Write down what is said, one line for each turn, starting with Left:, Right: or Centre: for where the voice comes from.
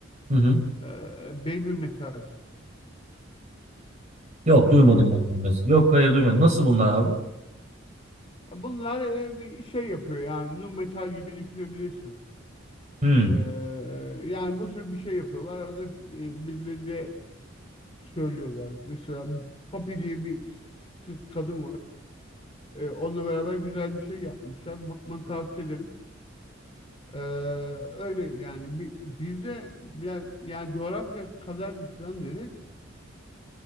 Right: Hı hı.
Left: Ee, Baby Metal.
Right: Yok
Left: Hiç duydun
Right: duymadım
Left: mu bu
Right: bak
Left: grubu?
Right: bunu mesela. Yok hayır duymadım. Nasıl bunlar abi?
Left: Ya Bunlar e, bir şey yapıyor yani. Nu metal gibi düşünebilirsin.
Right: Hmm.
Left: Ee, yani bu tür bir şey yapıyorlar. Arada e, birileriyle söylüyorlar. Mesela Poppy diye bir kız kadın var. Ee, onunla beraber güzel bir şey yapmışlar. Bakmanı tavsiye ederim. Ee, öyle yani bi- bizde biraz yani coğrafya kadardır falan dedik.